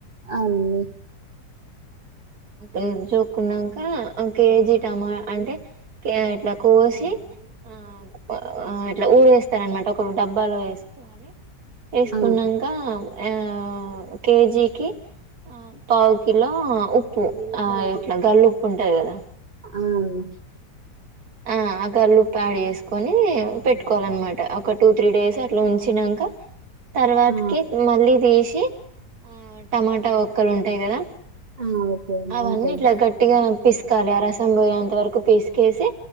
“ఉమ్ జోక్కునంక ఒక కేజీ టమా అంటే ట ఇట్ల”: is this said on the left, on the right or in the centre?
Right